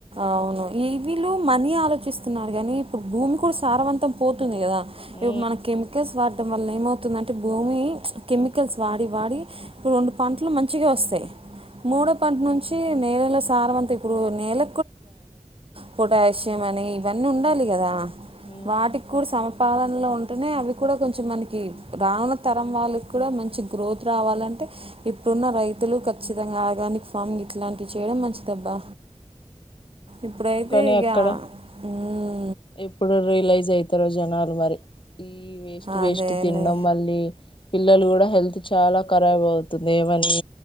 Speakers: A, on the right; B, on the left.
A: అవును ఈ వీళ్ళు మనీ ఆలోచిస్తున్నారు కాగానీ ఇప్పుడు భూమి కూడా సారవంతం పోతుంది కదా
B: ఉ
A: ఇ మన కెమికల్స్ వా చడటడం వల్ల ఏమవుతుందంటే భూమి కెమికల్స్ వాడి వాడి ఇప్పుడు రెండు పంటలు మంచిగా వస్తాయి మూడో పంట నుంచి నేలలో సారం అంతా ఇప్పుడు నేల పొటాషియం అనే ఇవన్నీ ఉండాలి కదా
B: ఉ
A: వాటికి కూడా స పాలనలో ఉంటేనే అవి కూడా కొంచెం మనకి రానున్న తరం వాళ్ళకి కూడా మంచి గ్రోత్ రావాలంటే ఇుట్డున్న రైతులు ఖచ్చితంగా ఆర్గానిక్ ఫార్మింగ్ ఇట్లాంటివి చేయడం మంచిదబ్బా ఇప్పుడైతే
B: కానీ
A: ఇక
B: అక్కడ
A: ఉ
B: ఎప్పుడు రియలైజ్ అవుతారో జనాలు మరి ఈ వేస్ట్
A: అదేలే
B: వేస్ట్ తిినడం మళ్ళీ పిల్లలు కూడా హెల్త్ చాలా రాబ్ అవుతుంది ఏమని